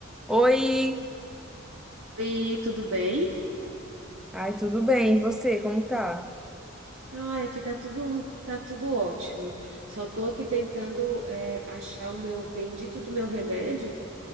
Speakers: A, in the centre; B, on the right.
A: Oi!
B: Oi, tudo bem?
A: Ai, tudo bem? E você, como tá?
B: Ai, aqui tá tudo, tá tudo ótimo. Só tô aqui tentando é, achar o meu bendito do meu remédio.